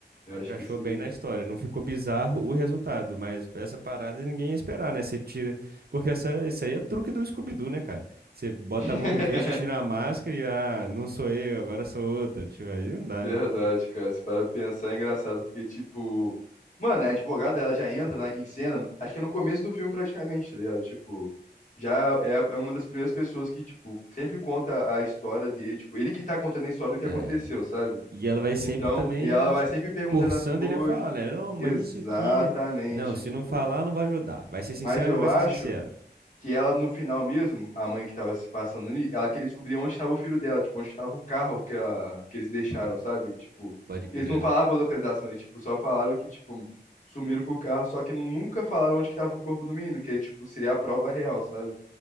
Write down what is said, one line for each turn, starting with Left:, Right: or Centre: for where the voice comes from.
Left: Eu
Right: Encaixou
Left: acho que se.
Right: bem na história. Não ficou bizarro o resultado, mas essa parada ninguém ia esperar, né? Você tira. Porque essa, isso aí é truque do Scooby-Doo, né, cara? Você bota
Left: <laughs>
Right: a mão no queixo, tira a máscara e, ah, não sou eu, agora sou outra. Tipo, aí não dá,
Left: Verdade,
Right: né?
Left: cara. Se para pensar, é engraçado, porque, tipo, mano, a advogada ela já entra na, em cena, acho que é no começo do filme praticamente, tá ligado? Tipo, já é, a- é uma das primeiras pessoas que, tipo, sempre conta a história dele, tipo, ele que tá contando a história do que
Right: É.
Left: aconteceu, sabe?
Right: E ela vai sempre
Left: Então,
Right: também
Left: e ela vai sempre perguntando
Right: forçando
Left: as coisas.
Right: ele a falar, né? Não, mas
Left: Exatamente,
Right: isso aqui. Não, se
Left: tipo.
Right: não falar, não vai ajudar. Vai ser sincero
Left: Mas eu
Right: ou não vai
Left: acho
Right: ser sincero?
Left: que ela no final mesmo, a mãe que tava se passando ali, ela queria descobrir onde estava o filho dela, tipo, onde estava o carro que, ela, que eles deixaram, sabe? Tipo,
Right: Pode
Left: porque
Right: crer.
Left: eles não falavam a localização, eles, tipo, só falaram que, tipo, sumiram com o carro, só que nu- nunca falaram onde que tava o corpo do menino, que, tipo, seria a prova real, sabe?